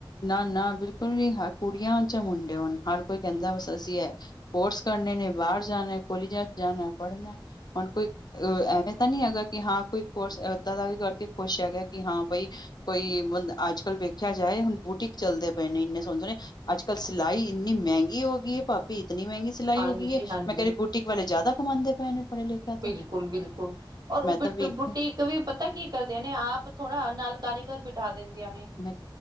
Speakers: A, on the left; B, on the right.
A: ਨਾ-ਨਾ, ਬਿਲਕੁਲ ਵੀ ਨੀ, ਕੁੜੀਆਂ ਹੋਣ, ਚਾਹੇ ਮੁੰਡੇ ਹੋਣ ਹਰ ਕੋਈ ਕਹਿੰਦਾ, ਬਸ ਅਸੀਂ ਇਹ ਕੋਰਸ ਕਰਨੇ ਨੇ, ਬਾਹਰ ਜਾਣੈ, ਕੋਲੇਜਾਂ ਚ ਜਾਣੈ ਪੜ੍ਹਨੈ। ਹੁਣ ਕੋਈ ਐਵੇਂ ਤਾਂ ਨਹੀਂ ਹੈਗਾ, ਕਿ ਹਾਂ ਕੋਈ ਕੋਰਸ ਏਦਾਂ ਦਾ ਵੀ ਕਰਕੇ ਖੁਸ਼ ਹੈਗਾ ਕਿ ਹਾਂ ਬਈ ਕੋਈ, ਅੱਜ- ਕੱਲ੍ਹ ਵੇਖਿਆ ਜਾਏ ਹੁਣ ਬੂਟੀਕ ਚੱਲਦੇ ਪਏ ਨੇ, ਇੰਨੇ ਸੋਹਣੇ, ਸੋਹਣੇ ਅੱਜ- ਕੱਲ੍ਹ ਸਿਲਾਈ ਇੰਨੀ ਮਹਿੰਗੀ ਹੋ ਗਈ ਏ, ਭਾਬੀ ਇਤਨੀ ਮਹਿੰਗੀ ਸਿਲਾਈ
B: ਹਾਂਜੀ
A: ਹੋ ਗਈ ਏ,
B: ਹਾਂਜੀ
A: ਮੈਂ ਕਿਹ ਰਹੀ ਬੂਟਿਕ ਵਾਲੇ ਜ਼ਿਆਦਾ ਕਮਾਂਦੇ ਪਏ ਨੇ। ਪੜ੍ਹੇ ਲਿਖਿਆ
B: ਬਿਲਕੁਲ-ਬਿਲਕੁਲ
A: ਤੋਂ
B: ਔਰ ਉਹ
A: ਮੈਂ
B: ਬ
A: ਤਾਂ ਵੇਖਿਆ
B: ਬੁਟੀ ਤਾਂ ਵੀ ਪਤਾ ਕੀ ਕਰਦੀਆਂ ਨੇ, ਆਪ ਥੋੜਾ ਨਾਲ, ਕਾਰੀਗਰ ਬਿਠਾ ਦਿੰਦੇ--ਹ ਦਿਆਂ ਨੇ
A: ਮੈਂ